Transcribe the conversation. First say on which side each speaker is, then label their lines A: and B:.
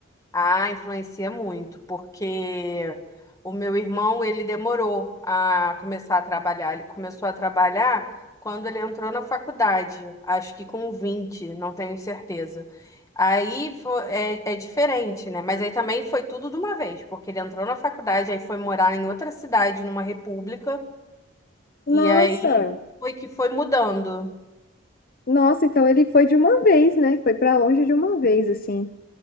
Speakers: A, on the left; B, on the left.
A: Ah, influencia muito, porque o meu irmão, ele demorou a começar a trabalhar. Ele começou a trabalhar quando ele entrou na faculdade, acho que com 20, não tenho certeza. Aí fo- é, é diferente, né? Mas aí também foi tudo de uma vez, porque ele entrou na faculdade, aí foi morar em outra cidade, numa república,
B: Nossa,
A: e aí foi que foi mudando.
B: nossa, então ele foi de uma vez, né? Foi pra longe de uma vez, assim.